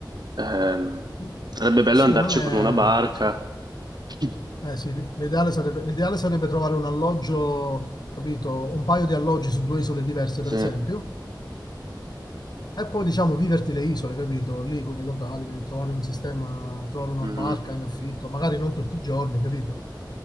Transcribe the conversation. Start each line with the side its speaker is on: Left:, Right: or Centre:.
Right: Ehm,
Left: Mm,
Right: sarebbe bello
Left: Sì,
Right: andarci
Left: non è...
Right: con una barca.
Left: sì.
Right: <laughs>
Left: Eh sì, l'ideale sarebbe, l'ideale sarebbe trovare un alloggio, capito? Un paio di alloggi su due isole diverse,
Right: Sì.
Left: per esempio, e poi, diciamo, viverti le isole, capito? Lì con i locali, trovare un sistema, trovare una
Right: Mm,
Left: barca in affitto, magari non tutti i giorni, capito?